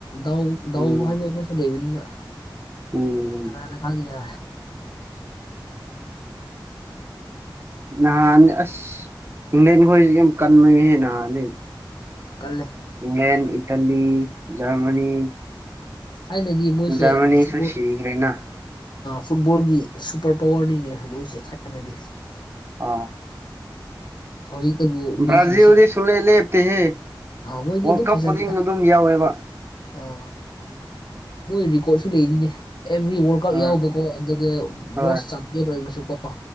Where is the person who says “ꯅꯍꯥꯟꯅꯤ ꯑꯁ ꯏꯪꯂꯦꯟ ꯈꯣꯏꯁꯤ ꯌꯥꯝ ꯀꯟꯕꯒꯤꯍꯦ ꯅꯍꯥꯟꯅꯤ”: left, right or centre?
Right